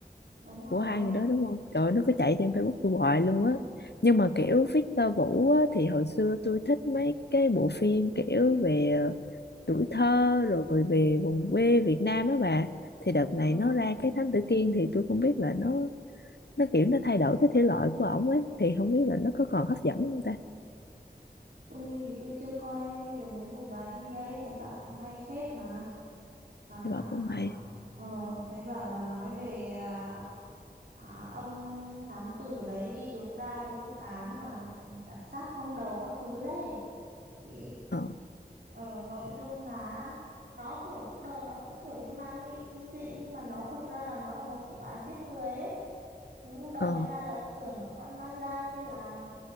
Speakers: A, on the right (about 65°); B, on the left (about 85°).
A: Đúng rồi.
B: Của hai người đó đúng không? Trời ơi, nó cứ chạy trên Facebook tôi hoài luôn á. Nhưng mà kiểu Victor Vũ á, thì hồi xưa tôi thích mấy cái bộ phim kiểu về ờ, tuổi thơ rồi về vùng quê Việt Nam á bà. Thì đợt này
A: Ờ,
B: nó ra cái Thám Tử Kiên thì tôi không biết là nó nó kiểu nó thay đổi cái thể loại của ổng ấy thì không biết là nó có còn hấp dẫn không ta.
A: tôi thì tôi chưa coi nên bây giờ mới rủ bà đi đây, thấy bà cũng hay phết mà. À,
B: Hay bà cũng
A: à,
B: hay.
A: ờ, thấy bảo là nói về à, à, ông thám tử đấy đi điều tra cái vụ án mà đặt xác không đầu các thứ đấy. Thì
B: Ờ.
A: Ờ, nội dung là nó kiểu lúc đầu nó cũng kiểu như ma mị kinh dị nhưng mà nó thực ra là nó là một vụ án giết người ấy lúc đầu
B: ờ
A: người ta là tưởng là con ma da kia làm